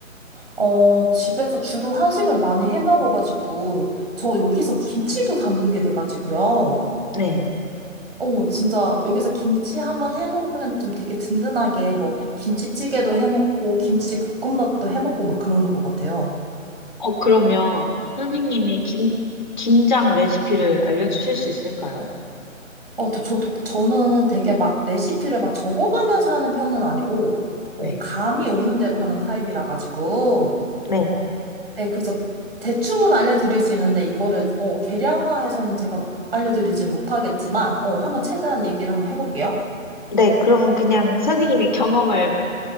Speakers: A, on the right (about 45°); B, on the left (about 35°).
A: 어, 집에서 주로 한식을 많이 해 먹어가지고, 저 여기서 김치도 담그게 돼가지고요.
B: 네.
A: 어, 진짜 여기서 김치 한번 해놓으면 좀 되게 든든하게 뭐 김치찌개도 해 먹고, 김치 볶음밥도 해 먹고 막 그러는 것 같아요.
B: 어, 그러면 선생님이 김, 김장 레시피를 알려주실 수 있을까요?
A: 어, 저, 저, 저는 되게 막 레시피를 막 적어가면서 하는 편은 아니고, 어,
B: 네.
A: 감이 오는 대로 하는 타입이라 가지고,
B: 네.
A: 네, 그래서 대충은 알려드릴 수 있는데 이거를 어, 계량화해서는 제가 알려드리진 못하겠지만 어, 한번 최대한 얘기를 한번 해볼게요.
B: 네. 그러면 그냥 선생님이 경험을